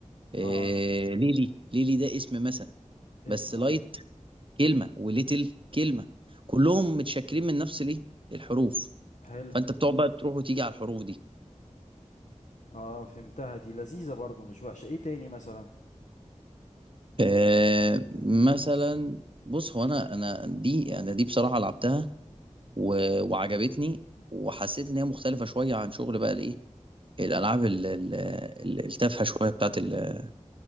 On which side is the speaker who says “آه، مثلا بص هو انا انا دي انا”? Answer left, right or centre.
Right